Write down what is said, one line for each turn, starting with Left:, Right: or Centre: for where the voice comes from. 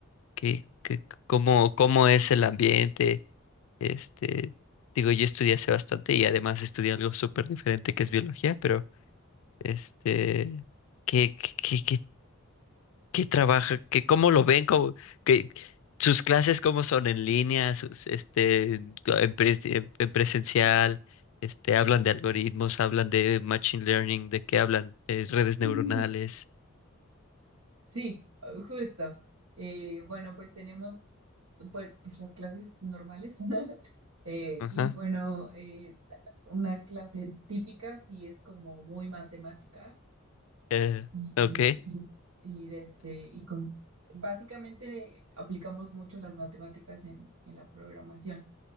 Left: ¿Qué, qué- cómo, cómo es el ambiente? Este, digo, yo estudié hace bastante y además estudié algo súper diferente que es biología, pero, este, ¿qué, qué, qué, qué ¿Qué trabaja? ¿Qué, cómo lo ven? ¿Cómo, qué- sus clases cómo son en línea, sus, este, en, pres- en- en presencial, este, hablan de algoritmos, hablan de machine learning, de qué hablan, de redes neuronales.
Right: <laughs> Sí, eh, justo. Eh, bueno, pues tenemos pues, pues las clases normales. <laughs> Eh,
Left: Ajá.
Right: y bueno, eh, una clase típica sí es como muy matemática
Left: Eh,
Right: y,
Left: ok.
Right: y, y de este, y con, básicamente aplicamos mucho las matemáticas en, en la programación,